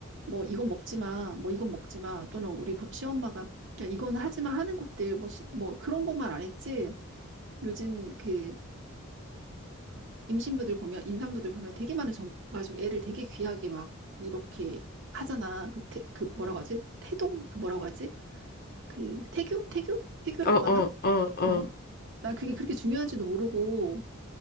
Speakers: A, on the right (about 60°); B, on the left (about 45°).
A: 뭐 이건 먹지 마, 뭐 이건 먹지 마, 또는 우리 부- 시엄마가 그냥 이건 하지 마 하는 것들 뭐, 시- 뭐 그런 것만 안 했지. 요즘 그 임신부들 보면, 임산부들 보면 되게 많은 정보 가지고 애를 되게 귀하게 막 이렇게 하잖아. 그, 태, 그 뭐라고 하지? 태동? 그 뭐라고 하지? 그 태교? 태교? 태교라고
B: 어, 어,
A: 하나?
B: 어, 어,
A: 어. 난 그게 그렇게 중요한지도 모르고,